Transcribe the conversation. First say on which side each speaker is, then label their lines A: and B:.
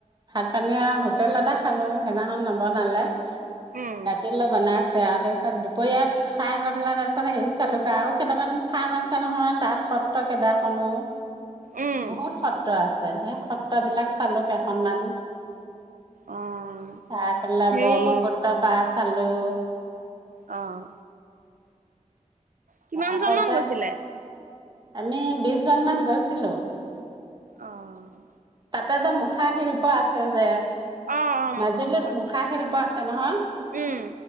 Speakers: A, on the right; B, on the right.
A: ভাত পানী আৰু হোটেলতে খালো সেইদিনাখন নবনালে ৰাতি
B: উম
A: লৈ বনাই সেয়া তাৰপিছতে পৰিয় খাই লৈ পেলাই তাৰপিছত হেৰি চালোঁ আৰু কেইটামান থান আছে নহয় তাত সত্ৰ কেইবাখনো
B: উম
A: বহুত সত্ৰ আছে সেই সত্ৰ বিলাক চালো কেইখনমান
B: অ'
A: চ পেলাই
B: হেৰি
A: ব্ৰহ্মপুত্ৰ পচ চালু
B: অহ। কিমান
A: আকৌ
B: জনমান
A: যে
B: হৈছিলে?
A: আমি বিশ জন মান গৈছিলোঁ।
B: অহ।
A: তাতে যে মুখা শিল্প আছে যে।
B: অ অ
A: মাজুলীত
B: মুখা শিল্প আছে
A: মুখা শিল্প আছে নহয়,
B: উম